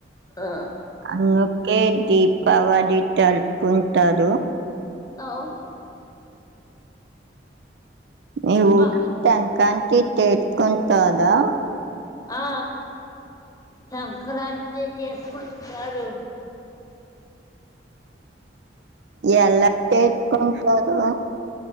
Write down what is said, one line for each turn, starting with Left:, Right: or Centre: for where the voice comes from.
Left: ఆ
Right: అన్నుకే దీపావళి తలుపుకుంటాడు
Left: అవును
Right: మీ
Left: ఇంకా
Right: ఊరు టకాంతి తేసుకుంటదా
Left: ఆ సంక్రాంతి చేసుకుంటారు
Right: ఎలా చే స్కుంటారు